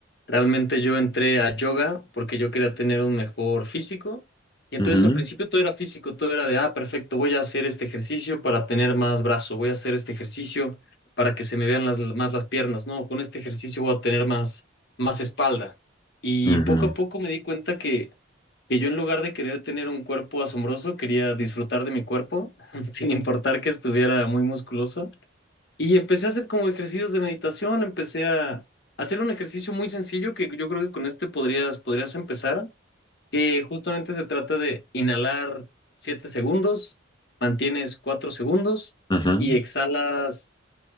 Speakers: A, on the left; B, on the left.
A: realmente yo entré a yoga porque yo quería tener un mejor físico. Y entonces
B: Ujú,
A: al principio todo era físico, todo era de, ah, perfecto, voy a hacer este ejercicio para tener más brazo, voy a hacer este ejercicio para que se me vean las, más las piernas, no, con este ejercicio voy a tener más, más espalda. Y
B: ujú,
A: poco a poco me di cuenta que, que yo en lugar de querer tener un cuerpo asombroso, quería disfrutar de mi cuerpo, <laughs> sin importar que estuviera muy musculoso. Y empecé a hacer como ejercicios de meditación, empecé a hacer un ejercicio muy sencillo que yo creo que con este podrías, podrías empezar, que justamente se trata de inhalar 7 segundos, mantienes 4 segundos
B: ujú.
A: y exhalas